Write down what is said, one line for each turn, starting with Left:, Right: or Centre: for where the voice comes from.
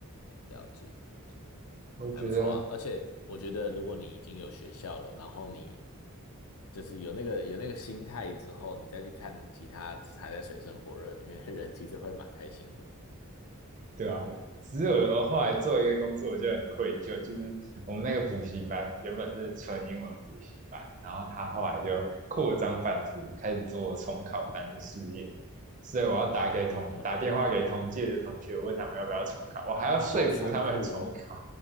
Left: 了解了解。
Right: 我觉得
Left: 还不错啊。而且我觉得，如果你已经有学校了，然后你就是有那个有那个心态之后，你再去看其他还在水深火热里面的人，其实会蛮开心的。
Right: 对啊，只是我我后来做一个工作，我就很愧疚，就是我们那个补习班原本是纯英文补习班，然后他后来就扩张版图，开始做重考班的事业，所以我要打给同打电话给同届的同学，
Left: 啊
Right: 问他们要不要重考，
Left: <laughs>
Right: 我还要说服他们重考，
Left: 啊，好残酷哦！